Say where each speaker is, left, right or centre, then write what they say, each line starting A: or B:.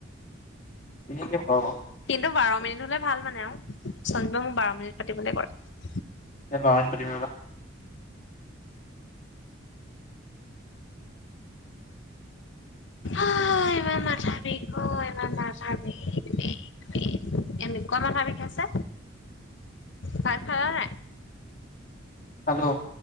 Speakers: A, on the left; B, on the left.
A: <unintelligible>
B: কিন্তু বাৰ মিনিট হলে ভাল মানে আৰু। সঞ্জয় মোক বাৰ মিনিট পাতিবলৈ কয়।
A: বাৰ মিনিট পাতিম ৰবা
B: অ', ইমান মাথা বিষ অই ইমান মাথা বিষ, বিষ, বিষ। এনেকোৱা মাথা বিষাইছে ভাত খালা নাই?
A: খালো।